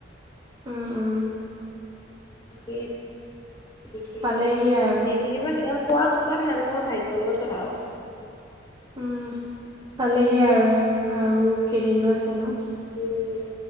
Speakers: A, on the right (about 25°); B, on the left (about 20°).
A: আহঁ অঁ
B: দি থাকিবিব
A: পালেহিয়ে আৰু
B: খোৱা নোপোৱা মানুহৰ ভাগ্যয়ৰ লগত কথা আৰু
A: উম পালেহি আৰু। আৰু কেইদিননো আছে ন।
B: উম